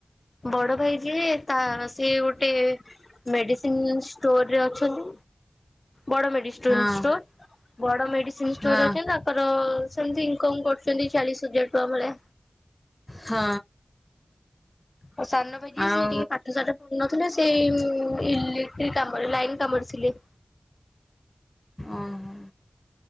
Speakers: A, on the left (about 55°); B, on the left (about 25°).
A: ବଡ ଭାଇ ଯିଏ ତା ସେ ଗୋଟେ ମେଡ଼ିସିନ ଷ୍ଟୋରରେ ଅଛନ୍ତି। ବଡ ମେଡ଼ିସିନ
B: ହଁ
A: <unintelligible> ଷ୍ଟୋର ବଡ ମେଡ଼ିସିନ ଷ୍ଟୋର
B: ହଁ
A: ଅଛନ୍ତି ତା ତାଙ୍କର ସେମତି ଇନକମ୍ କରୁଛନ୍ତି। ଚାଳିଶ ହଜାର ଟଙ୍କା ଭଳିଆ।
B: ହଁ।
A: ଆଉ ସାନ ଭାଇ ଯିଏ।
B: ଆଉ
A: ସେ ଟିକେ ପାଠ ସାଠ କରନଥିଲେ ସେଇ ଇଲେକ୍ଟ୍ରିକ କାମରେ ଲାଇନ୍ କାମରେ ଥିଲେ।
B: ଅଁ ହଁ।